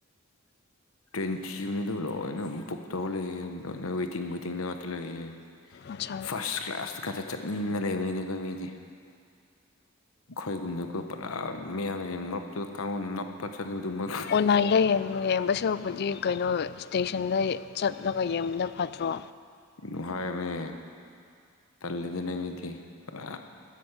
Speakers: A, on the left; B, on the left.
A: ꯇ꯭ꯔꯦꯟ ꯊꯤꯕꯅꯤ ꯑꯗꯨ ꯂꯣꯏꯅ ꯕꯨꯛ ꯇꯧꯔ ꯂꯩꯑꯦ ꯂꯣꯏꯅ ꯋꯦꯇꯤꯡ ꯋꯦꯇꯤꯡꯗ ꯉꯥꯇ ꯂꯩꯌꯦ
B: ꯑꯆꯥ
A: ꯐꯥꯁ ꯀ꯭ꯂꯥꯁ ꯈꯠꯇ ꯆꯠꯅꯤꯡꯉ ꯂꯩꯕꯅꯤꯅꯦ ꯑꯈꯣꯏ ꯃꯤꯗꯤ ꯈꯣꯏꯒꯨꯝꯅꯀꯣ ꯄꯨꯔꯥ ꯃꯌꯥꯡꯖꯤꯡ ꯃꯔꯛꯇꯨꯗ ꯀꯥꯡꯂꯝ ꯅꯞ <unintelligible>
B: ꯑꯣꯟꯂꯥꯏꯟꯗ ꯌꯦꯡ ꯌꯦꯡꯕ ꯁꯔꯨꯛ ꯄꯨꯗꯤ ꯀꯩꯅꯣ ꯏꯁꯇꯦꯁꯟꯗ ꯆꯠꯂꯒ ꯌꯦꯡꯕꯅ ꯐꯇ꯭ꯔꯣ
A: ꯅꯨꯍꯥꯏꯕꯅꯦ ꯇꯜꯂꯤꯗꯅ ꯃꯤꯗꯤ ꯄꯨꯔꯥ